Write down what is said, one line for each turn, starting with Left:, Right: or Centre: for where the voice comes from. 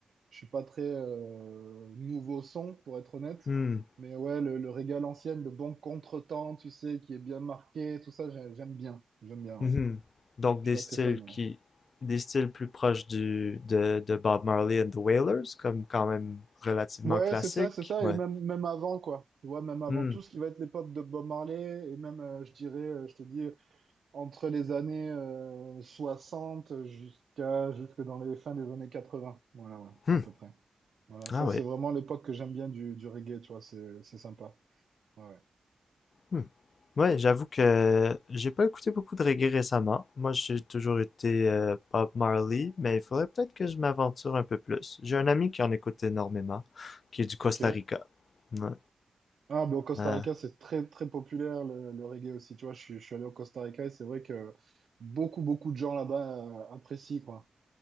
Right: Je suis pas très euh, nouveau son, pour être honnête.
Left: Hmm,
Right: Mais ouais, le, le régal ancienne, le bon contretemps, tu sais, qui est bien marqué, tout ça, j'ai- j'aime bien. J'aime bien. ouais.
Left: mhm. Donc,
Right: Je
Left: des
Right: suis
Left: styles
Right: assez fan. Ouais,
Left: qui, des styles plus proches du, de, de Bob Marley and the Wailers, comme quand même relativement
Right: Ouais,
Left: classique.
Right: c'est ça, c'est ça.
Left: Ouais.
Right: Et même, même avant, quoi. Tu vois, même avant
Left: Hmm,
Right: tout ce qui va être l'époque de Bob Marley, et même, euh, je dirais, euh, je te dis, euh, entre les années euh, 60 jusqu'à, jusque dans les fins des années quatre-vingts Voilà, ouais,
Left: hmm.
Right: à peu près. Voilà, ça,
Left: Ah ouais.
Right: c'est vraiment l'époque que j'aime bien du, du reggae, tu vois, c'est, c'est sympa. Ouais. ouais.
Left: Hmm. Ouais, j'avoue que j'ai pas écouté beaucoup de reggae récemment. Moi, j'ai toujours été euh, Bob Marley, mais il faudrait peut-être que je m'aventure un peu plus. J'ai un ami qui en écoute énormément, qui est du Costa
Right: Ok.
Left: Rica. Ouais.
Right: Ah, ben, au Costa
Left: Euh,
Right: Rica, c'est très, très populaire le, le reggae aussi. Tu vois, je suis, je suis allé au Costa Rica et c'est vrai que beaucoup, beaucoup de gens là-bas euh, apprécient, quoi.